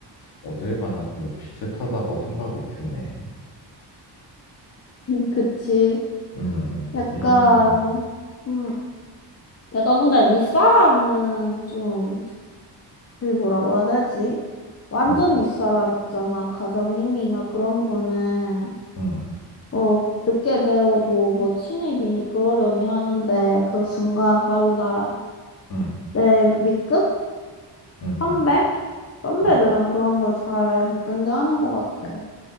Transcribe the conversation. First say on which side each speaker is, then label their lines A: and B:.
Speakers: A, on the left; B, on the left.
A: 어딜 가나 좀 비슷하다고 생각이 드네.
B: 그치.
A: 음,
B: 약간,
A: 일하는 건.
B: 음, 약간 근데 윗사람은 좀 그 뭐라고 해야 되지? 완전
A: 응
B: 윗사람 있잖아. 과장님이나 그런 분은
A: 응,
B: 어 늦게 배워도 뭐 신입이니 그러려니 하는데 그 순간 바로 나
A: 응,
B: 내 윗급
A: 응,
B: 선배
A: 응,
B: 선배들은
A: 응.
B: 그런 거 잘 못 견뎌하는 것 같아.